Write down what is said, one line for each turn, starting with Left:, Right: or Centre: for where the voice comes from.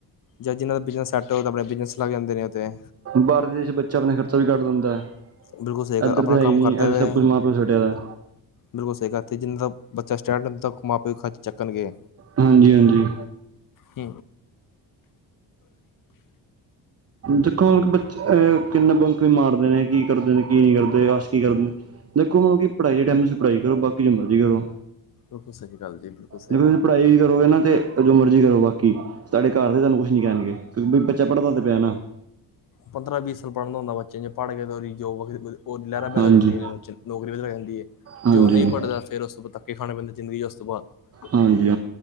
Left: ਜਾਂ ਜਿਨ੍ਹਾਂ ਦਾ ਬਿਜ਼ਨਸ ਸੈੱਟ ਹੋਵੇ ਆਪ ਬਿਜ਼ਨਸ ਲੱਗ ਜਾਂਦੇ ਨੇ ਉੱਤੇ।
Right: ਬਾਹਰਲੇ ਦੇਸ਼ ਬੱਚੇ ਆਪਣਾ ਖਰਚਾ ਵੀ ਕੱਢ ਦਿੰਦਾ ਹੈ
Left: ਬਿਲਕੁਲ ਸਹੀ ਗੱਲ
Right: ਇੱਧਰ
Left: ਆਪਣਾ
Right: ਤਾਂ ਹੈ ਹੀ
Left: ਕੰਮ
Right: ਨਹੀਂ
Left: ਕਰਦਾ
Right: ਇੱਧਰ ਸਭ
Left: ਵੇ
Right: ਕੁਛ ਮਾਂ ਪਿਓ ਛੱਡਿਆ ਦਾ।
Left: ਬਿਲਕੁਲ ਸਹੀ ਗਾੱਥ ਜਿੰਨਾ ਦਾ ਬੱਚਾ ਸਟੈਂਡ ਤੱਕ ਮਾਂ ਪਿਓ ਖ ਚੱਕਣਗੇ।
Right: ਹਾਂਜੀ ਹਾਂਜੀ।
Left: ਹ।
Right: ਦੇਖੋ ਮਤਲਬ ਬੱਚੇ ਕਿੰਨੇ ਬੰਕ ਵੀ ਮਾਰਦੇ ਨੇ ਕੀ ਕਰਦੇ ਨੇ ਕੀ ਨਹੀ ਕਰਦੇ। ਤੇ ਆਸ਼ਕੀ ਕਰਨੀ ਦੇਖੋ ਮਤਲਬ ਕਿ ਪੜ੍ਹਾਈ ਦੇ ਟਾਈਮ ਤੁਸੀ ਪੜ੍ਹਾਈ ਕਰੋ ਬਾਕੀ ਜੋ ਮਰਜ਼ੀ ਕਰੋ।
Left: ਬਿਲਕੁਲ ਸਹੀ ਗੱਲ ਜੀ ਬਿਲਕੁਲ ਸਹੀ
Right: ਦੇਖੋ ਤੁਸੀਂ
Left: ਗੱਲ।
Right: ਪੜ੍ਹਾਈ ਵੀ ਕਰੋਗੇ ਨਾ ਤੇ ਜੋ ਮਰਜ਼ੀ ਕਰੋ, ਬਾਕੀ ਸਾਡੇ ਘਰ ਦੇ ਸਾਨੂੰ ਕੁਛ ਨਹੀਂ ਕਹਿਣਗੇ। ਕਿਉ ਬਈ, ਬੱਚਾ ਪੜ੍ਹਦਾ ਤਾਂ ਪਿਆ ਨਾ।
Left: ਪੰਦਰਾਂ-ਵੀਹ ਸਾਲ ਪੜ੍ਹਨਾ ਹੁੰਦਾ ਬੱਚੇ ਨੇ, ਪੜ੍ਹ ਕੇ ਤੇ ਉਹਦੀ ਜੋਬ। ਉਹ ਲਹਿਰਾਂ ਬਹਿਰਾ
Right: ਹਾਂਜੀ
Left: ਹੋ ਜਾਂਦੀਆਂ ਨੇ ਬੱਚੇ ਨੂੰ ਨੌਕਰੀ ਅਲੱਗ ਲੱਗ ਜਾਂਦੀ ਹੈ।
Right: ਹਾਂਜੀ
Left: ਜੋ ਨਹੀਂ
Right: ਹਾਂਜੀ
Left: ਪੜ੍ਹਦਾ ਫੇਰ ਉਸ ਨੂੰ ਧੱਕੇ ਖਾਣੇ ਪੈਂਦੇ ਜ਼ਿੰਦਗੀ ਚ ਉਸ ਤੋਂ ਬਾਅਦ।
Right: ਹਾਂਜੀ